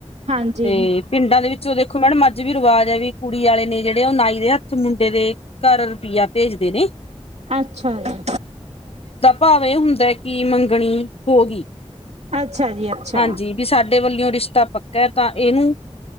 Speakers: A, on the right (about 80°); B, on the left (about 60°).
A: ਹਾਂਜੀ
B: ਤੇ ਪਿੰਡਾਂ ਦੇ ਵਿੱਚ ਚ ਦੇਖੋ ਮੈਡਮ ਅੱਜ ਵੀ ਰਿਵਾਜ਼ ਆ ਵੀ ਕੁੜੀ ਵਾਲੇ ਨੇ ਜਿਹੜੇ ਉਹ ਨਾਈ ਦੇ ਹੱਥ ਮੁੰਡੇ ਦੇ ਘਰ ਰੁਪਈਆ ਭੇਜਦੇ <unintelligible>
A: ਅੱਛਾ ਜੀ
B: ਭਾਵੇਂ ਹੁੰਦਾ ਕਿ ਮੰਗਣੀ ਹੋ ਗਈ
A: ਅੱਛਾ ਜੀ ਅੱਛਾ
B: ਹਾਂਜੀ ਵੀ ਸਾਡੇ ਵੱਲਿਓ ਰਿਸ਼ਤਾ ਪੱਕਾ ਤਾਂ ਇਹਨੂੰ